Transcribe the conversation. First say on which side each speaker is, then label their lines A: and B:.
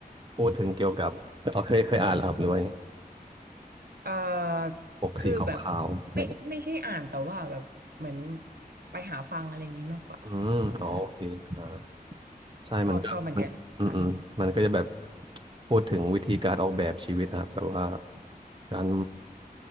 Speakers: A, on the right (about 30°); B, on the right (about 75°).
A: พูดถึงเกี่ยวกับเอาเคยเคยอ่านแล้วครับด้วย
B: เอ่อคือแบบ
A: ปกสีขาวๆอะไรเงี้ย
B: ไม่ไม่ใช่อ่านแต่ว่าแบบเหมือนไปหาฟังอะไรอย่างนี้มากกว่า
A: อืมอ๋อโอเคอ่า
B: เอ่อ
A: ใช่มันก็มันอืมอืมมันก็จะแบบ
B: ชอบชอบเหมือนกันศาสตร์นี้
A: พูดถึงวิธีการออกแบบชีวิตนะครับแบบว่าการ